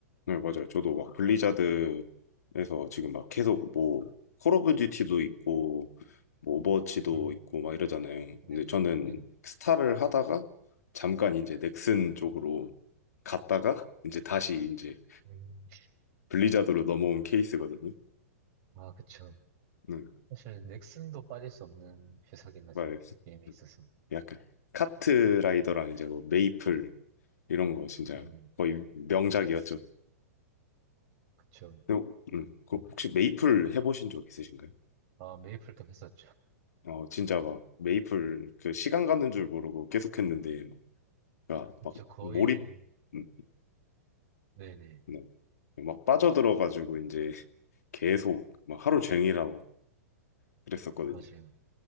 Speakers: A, on the left; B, on the right.
A: 네, 맞아요. 저도 막 블리자드에서 지금 막 계속 뭐, 콜 오브 듀티도 있고, 뭐, 오버워치도
B: 음,
A: 있고, 막 이러잖아요.
B: 네네,
A: 근데 저는
B: 네네.
A: 스타를 하다가 잠깐 이제 넥슨 쪽으로 갔다가 이제 다시 이제
B: 음,
A: 블리자드로 넘어온 케이스거든요.
B: 아, 그쵸.
A: 응
B: 사실 넥슨도 빠질 수 없는 회사긴 하죠.
A: 맞아요.
B: 게임에 있어서.
A: 음, 약간 카트라이더랑 이제 뭐 메이플 이런 거 진짜
B: 네네,
A: 거의 명작이었죠.
B: 그쵸.
A: 근데, 음, 그 혹시 메이플 해보신 적 있으신가요?
B: 아, 메이플도 했었죠.
A: 어, 진짜 막 메이플 그 시간 가는 줄 모르고 계속 했는데 막, 그러니까
B: 진짜
A: 막
B: 거의,
A: 몰입 음,
B: 네네,
A: 네. 막 빠져들어가지고 이제 <laughs> 계속 막 하루 종일 하고 그랬었거든요.
B: 맞아요.